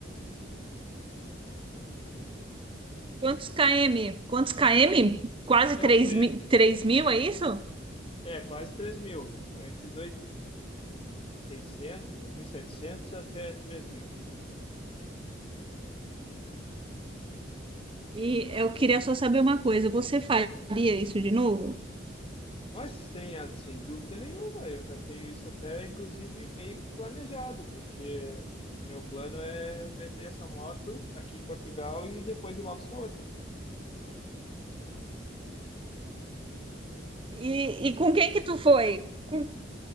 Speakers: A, on the right (about 30°); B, on the left (about 30°).
A: Quantos km? Quantos km? Quase
B: então
A: 3
B: foi
A: mil, 3 mil, é isso?
B: é quase três mil. Foi entre 2.600, setecentos até três mil.
A: E eu queria só saber uma coisa, você faria isso de novo?
B: Mas sem, a- sem dúvida nenhuma, eu já tenho isso até inclusive meio que planejado, porque o meu plano é vender essa moto aqui em Portugal e depois ir lá buscar outra.
A: E, e com quem que tu foi? Com-